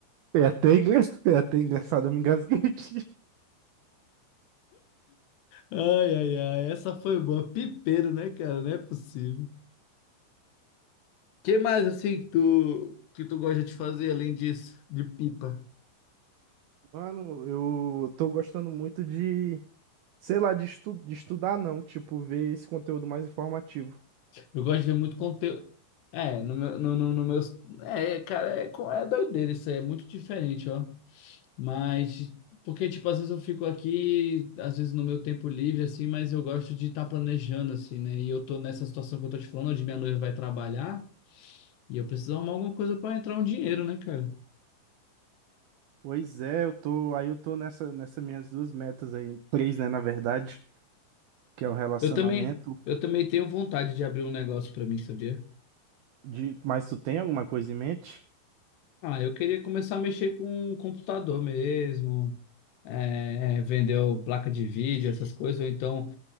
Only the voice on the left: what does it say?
Ai, ai, ai. Essa foi boa. Pipeiro, né, cara? Não é possível. que mais, assim, que tu, que tu gosta de fazer além disso? De pipa?
Eu gosto de ver muito conteúdo. É, no meu, no, no, no meus... É, cara, é, co- é doideira isso aí. É muito diferente, ó. Mas porque tipo às vezes eu fico aqui, às vezes no meu tempo livre assim, mas eu gosto de estar planejando assim, né? E eu tô nessa situação que eu tô te falando, onde minha noiva vai trabalhar e eu preciso arrumar alguma coisa para entrar um dinheiro, né, cara?
Eu também, eu também tenho vontade de abrir um negócio para mim, sabia?
Ah, eu queria começar a mexer com um computador mesmo, é, é, vender o- placa de vídeo, essas coisas, ou então